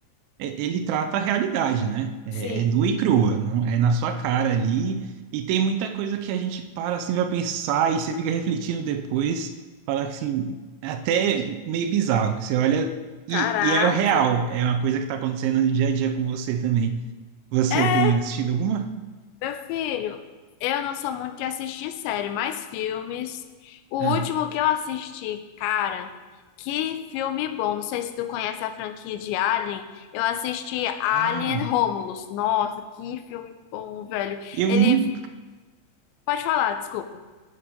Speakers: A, on the right (about 85°); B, on the left (about 80°).
A: é- ele trata a realidade, né? É,
B: Sim.
A: é nua e crua, não é na sua cara ali. E tem muita coisa que a gente para assim, vai pensar e você fica refletindo depois, falar que, assim, é até meio bizarro, que você olha
B: Caraca.
A: e, e é o real, é uma coisa que está acontecendo no dia a dia com você também. Você
B: É
A: tem assistido alguma?
B: Meu filho, eu não sou muito de assistir série, mas filmes. O
A: Ah,
B: último que eu assisti, cara, que filme bom. Não sei se tu conhece a franquia de Alien. Eu assisti Alien
A: ah
B: Romulus. Nossa, que filme bom, velho.
A: eu
B: Ele.
A: nunca
B: Pode falar, desculpa.